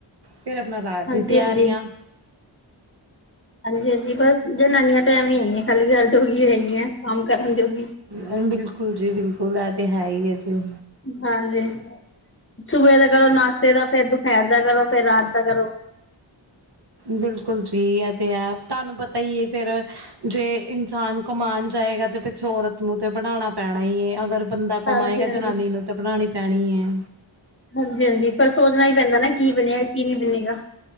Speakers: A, on the right (about 55°); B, on the left (about 25°).
A: ਫੇਰ ਆਪਣਾ ਰਾਤ,
B: ਹਾਂਜੀ-ਹਾਂਜੀ,
A: ਦੀ ਤਿਆਰੀਆਂ
B: ਹਾਂਜੀ-ਹਾਂਜੀ, ਬਸ ਜਨਾਨੀਆਂ ਤਾ ਐਵੇਂ ਹੀ ਨੇ, ਪਹਿਲੀ ਗੱਲ ਜੋਗੀ ਹੈਗੀ ਹੈ ਕੰਮ ਕਰਨ ਜੋਗੀ,
A: ਹਾ ਬਿਲਕੁਲ ਜੀ ਬਿਲਕੁਲ ਆ ਤੇ ਹੈ ਹੀ ਹੈ ਜੀ।
B: ਹਾਂਜੀ ਸੁਬੇ ਦਾ ਕਰੋ ਨਾਸ਼ਤੇ ਦਾ ਫੇਰ ਦੁਪਹਿਰ ਦਾ ਕਰੋ ਫੇਰ ਰਾਤ ਦਾ ਕਰੋ।
A: ਬਿਲਕੁਲ ਜੀ ਹੈ ਤੇ ਹੈ ਤੁਹਾਨੂੰ ਪਤਾ ਹੀ ਹੈ ਫੇਰ, ਜੇ ਇਨਸਾਨ ਕਮਾਨ ਜਾਏਗਾ ਤੇ ਪਿੱਛੋ ਔਰਤ ਨੂੰ ਤੇ ਬਣਾਣਾ ਪੈਣਾ ਈ ਏ ਅਗਰ, ਬੰਦਾ
B: ਹਾਂਜੀ-ਹਾਂਜੀ।
A: ਕਮਾਏਗਾ ਜਨਾਨੀ ਨੂੰ ਤੇ ਬਣਾਣੀ ਪੈਣੀ ਐ।
B: ਹਾਂਜੀ-ਹਾਂਜੀ ਪਰ ਸੋਚਣਾ ਈ ਪੈਂਦਾ ਨਾ ਕੀ ਬਣੇਗਾ ਕੀ ਨਹੀਂ ਬਣੇੇਗਾ।